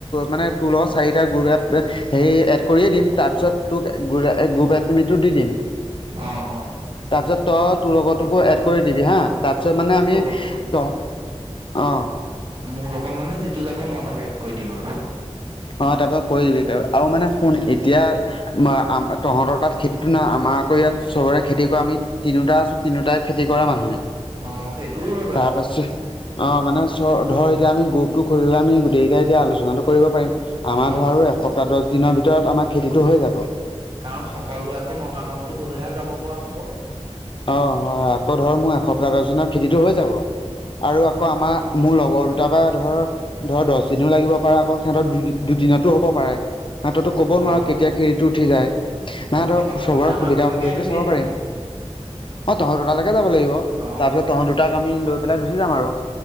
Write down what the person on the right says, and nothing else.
অ অ
মোৰ লগত
মানে যিটো যাব মই তাক এড কৰি দিম আৰু।
অ সেইটোও হয় বাৰু
অ
কাৰণ সকলোৱে আকৌ মতামতটো হলেহে যাব পৰা হব।
অ
তহঁতি
প্ৰথমতে
আমাৰ
ঘৰলৈকে
আহিবি
এনেও
অ